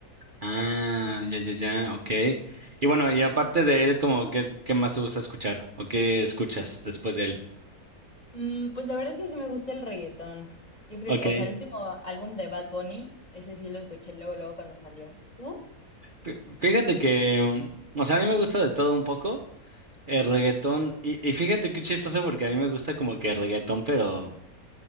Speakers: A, on the right; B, on the left.
A: Ah, ya, ya, ya, ok. Y bueno, y aparte de él, como qué, qué más te gusta escuchar o qué escuchas después de él.
B: Mm, pues la verdad es que sí me gusta el reggaetón. Yo creo
A: Ok.
B: que, o sea, el último álbum de Bad Bunny, ese sí lo escuché luego, luego cuando salió. ¿Tú?
A: Fí- Fíjate que, mm, o sea, a mí me gusta de todo un poco. El reggaetón, y, y fíjate qué chistoso porque a mí me gusta como que el reggaetón, pero,